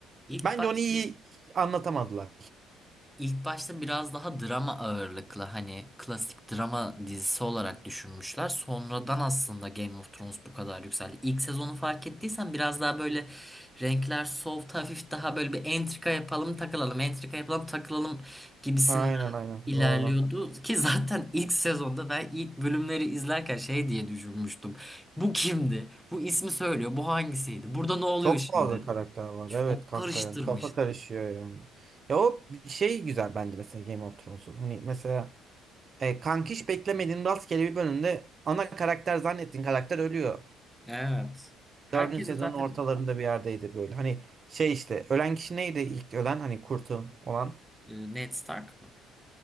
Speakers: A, in the centre; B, on the right.
A: İlk
B: Bence
A: başta
B: onu iyi anlatamadılar.
A: İlk başta biraz daha drama ağırlıklı hani klasik drama dizisi olarak düşünmüşler. Sonradan aslında Game of Thrones bu kadar yükseldi. İlk sezonu fark ettiysen biraz daha böyle renkler soft hafif daha böyle bir entrika yapalım takılalım entrika yapalım takılalım gibisinden
B: Aynen aynen
A: ilerliyordu.
B: doğru.
A: Ki zaten ilk sezonda ben ilk bölümleri izlerken şey diye düşünmüştüm. Bu kimdi? Bu ismi söylüyor. Bu hangisiydi? Burada ne oluyor
B: Çok
A: şimdi?
B: fazla karakter var.
A: Çok
B: Evet kanka
A: karıştırmıştım.
B: yani kafa karışıyor yani. Ya o bir şey güzel bence mesela Game of Thrones'un. Hani mesela e, kankiş beklemediğin rastgele bir bölümde ana karakter zannettiğin karakter ölüyor.
A: Evet. Herkesin
B: Dördüncü sezonun
A: zaten
B: ortalarında bir yerdeydi böyle. Hani şey işte ölen kişi neydi ilk ölen hani kurtu olan?
A: Ee, Ned Stark mı?